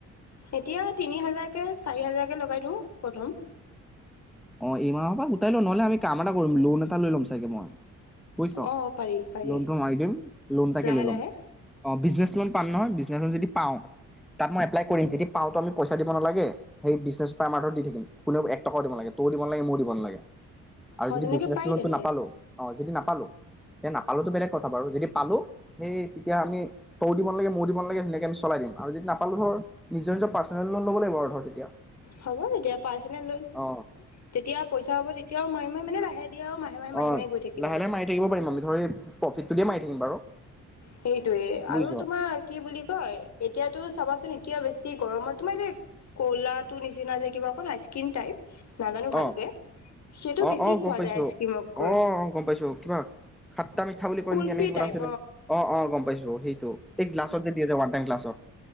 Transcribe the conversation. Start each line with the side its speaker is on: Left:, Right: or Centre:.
Left: এতিয়া তিনি হাজাৰকে, চাৰি হাজাৰকে লগাই দিওঁ প্ৰথম
Centre: অ', এইমাহৰ পৰা গোটাই লওঁ নহ'লে আমি কাম এটা কৰিম লোন এটা লৈ ল'ম চাগে মই বুইছ
Left: অ পাৰি পাৰি
Centre: লোনটো মাৰি দিম লোন তাকে
Left: লাহে
Centre: লৈ লম।
Left: লাহে
Centre: অ', বিজনেছ লোন পাম নহয় য পাওঁ তাত মই এপ্লাই কৰিম যদি পওঁটো আমি পইচা দিব নালাগে সেই বিজনে আমাৰ দি থাকিম কোনেও এক টকা দিব লাগে তোৰ দিব ন লাগে মোৰ দিব নালাগে আৰু
Left: অ
Centre: যদি
Left: তেনেকে
Centre: বিজনেছ
Left: পাৰি
Centre: লোনটো
Left: তেন্তে
Centre: নাপালো অ যদি নাপালো তে নাপ পালোতো বেলেগ কথা বাৰু যদি পালোঁ সেই তেতিয়া আমি তৌ দিব লাগে মোৰ দিব লাগে ধুনাকে আমি চলাই দিম আৰু যদি নাপালো ধৰ নিজৰ নিজৰ পাৰ্চনেল লোন ল'ব লাগিব আৰু ধ তেতিয়া
Left: হ'ব তেতিয়া পাইছেনে লৈ
Centre: অ
Left: তেতিয়া পইচা হ'ব তেতিয়াও মাৰি মানে লাহে দিয়ে আৰু মাহে মাহে মাৰি
Centre: অ
Left: মাৰি গৈ থাকিম
Centre: লাহে
Left: আৰু
Centre: লাহে মাৰি থাকিব পাৰিম আমি ধৰি প্ৰফিটটো দিয়ে মাৰি থাকিম বাৰু
Left: সেইটোয়ে আৰু
Centre: বুজিছ
Left: তোমাৰ কি বুলি কয় এতিয়াতো চাবাচোন কিয় বেছি গৰমত মই যে গলাটো নিচিনা যে কিবা অকণ হাইস্কিন টাইপ নাজানো ভালকে
Centre: অ
Left: সেইটো
Centre: অ
Left: বেছি
Centre: অ
Left: খোৱা
Centre: গম পাইছো
Left: যায় আইচক্ৰীমতকৈ
Centre: অ গম পাইছো কিবা খাট্টা মিঠা বুলি কয়
Left: কুলফি
Centre: নেকি এনেকে কিবা
Left: টাইপ
Centre: আছিলে অ অ গমাই সেইটো গ্লাছত যে দি আছে ৱটাৰ গলছত